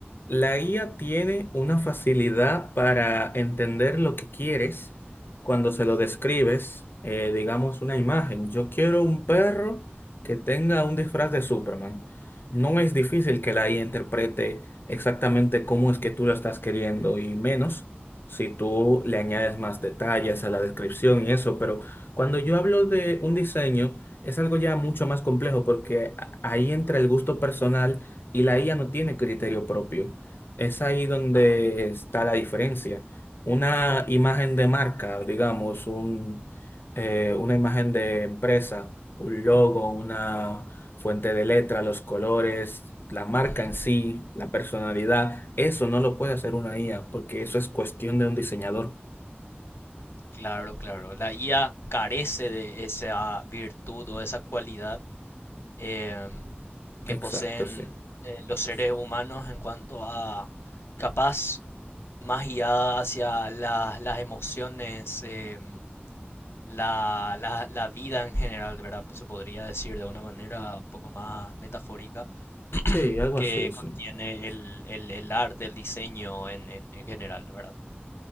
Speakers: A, on the left (about 60°); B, on the left (about 75°).
A: La guía tiene una facilidad para entender lo que quieres cuando se lo describes, eh, digamos, una imagen. Yo quiero un perro que tenga un disfraz de Superman. No es difícil que la IA interprete exactamente cómo es que tú lo estás queriendo y menos si tú le añades más detalles a la descripción y eso. Pero cuando yo hablo de un diseño, es algo ya mucho más complejo porque a- ahí entra el gusto personal y la IA no tiene criterio propio. Es ahí donde
B: Ah,
A: está la diferencia. Una imagen de marca, digamos, un, eh, una imagen de empresa, un logo, una fuente de letra, los colores, la marca
B: ujú,
A: en sí, la personalidad, eso no lo puede hacer una IA porque eso es cuestión de un diseñador.
B: Claro, claro. La IA carece de esa virtud o esa cualidad em, que poseen
A: Exacto, sí.
B: eh, los seres humanos en cuanto a capaz más guiada hacia la- las emociones, em, la, la- la vida en general, ¿verdad? Pues se podría decir de una manera un poco más metafórica,
A: Sí, algo
B: que
A: así, sí.
B: contiene el, el- el arte, el diseño en, en- en general, ¿verdad?